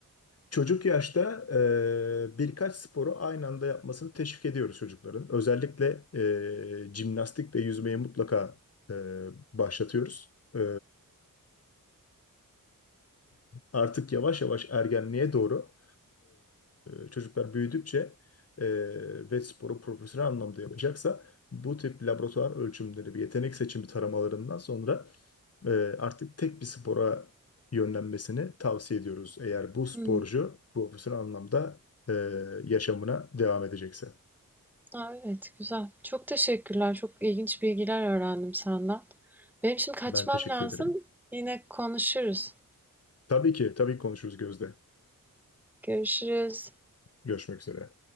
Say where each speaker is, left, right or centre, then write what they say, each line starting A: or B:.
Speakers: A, on the left; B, in the centre.
A: Çocuk yaşta e, birkaç sporu aynı anda yapmasını teşvik ediyoruz çocukların. Özellikle e, jimnastik ve yüzmeyi mutlaka e, başlatıyoruz. E, artık yavaş yavaş ergenliğe doğru e, çocuklar büyüdükçe e, ve sporu profesyonel anlamda yapacaksa bu tip laboratuvar ölçümleri ve yetenek seçimi taramalarından sonra e, artık tek bir spora yönlenmesini tavsiye ediyoruz. Eğer bu sporcu
B: Hmm.
A: profesyonel anlamda e, yaşamına devam edecekse.
B: Aa, evet güzel. Çok teşekkürler. Çok ilginç bilgiler öğrendim senden. Benim şimdi kaçmam
A: Ben teşekkür
B: lazım.
A: ederim.
B: Yine konuşuruz.
A: Tabii ki, tabii ki konuşuruz Gözde.
B: Görüşürüz.
A: Görüşmek üzere.